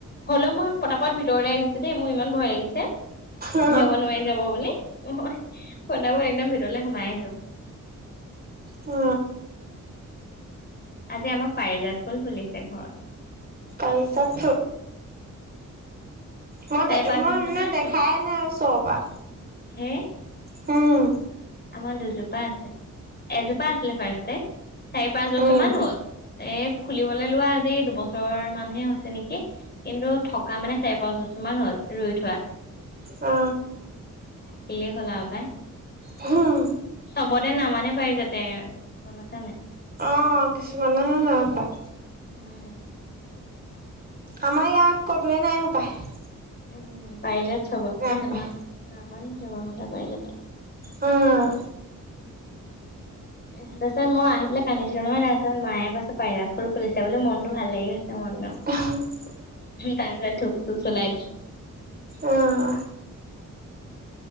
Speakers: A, on the left; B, on the right.
A: হলেও মই পতাপত ভিতৰলৈ আহিছো দেই মোৰ ইমান ভয় লাগিছে।
B: অ
A: ধেব নোৱাৰি যাব বুলি মই ফদাবোৰ একদম ভিতৰলে সোমাই আহিছো।
B: অ।
A: আজি আমাক পাৰিজাত ফুল ফুলিছে ঘৰত।
B: পাইজাত। মই
A: চাৰি
B: দে
A: পাঁচ
B: মই
A: বছৰ
B: মানে
A: মান
B: দেখাই
A: হ'ল বাৰু।
B: নাই আৰু চ'ৰ পৰা।
A: হে?
B: অঁ।
A: আমাৰ দুজোপা আছে এজোপা আছিলে ফাৰ্ষ চাৰি পাঁচ বছৰ
B: উম
A: মান হল। এ ফুলিবলৈ লোৱা আজি দুবছৰ মানহে হৈছে নেকি। কিন্তু থকা মানে চাৰি পাঁচ বছৰ মান হ'ল ৰুই থোৱা।
B: অ।
A: থাকিলেই হলা পায়।
B: হুম
A: চবতে নামানে পায় যাতে গাছা নাই।
B: অ কিছুমানেহে হে পায়।
A: উম।
B: আমাৰ ইয়াত ক'তোৱে নাই সোপায়।
A: উম পাৰি যাত স্বভতে
B: হপায়
A: নামানে নামান সভশত পাৰি যাতে।
B: উম।
A: এ তাৰপিছত মই আহ পেলাই কান্িছিলো নহয় তাৰপিছত মায়ে কৈছে পাৰৰাত ফুলি চছে বুলি মনতটো ভাল লাগি গৈছে মোৰ একদম।
B: অ'।
A: তাৰ ধুপ চুপ চলাই দিছো।
B: অ উম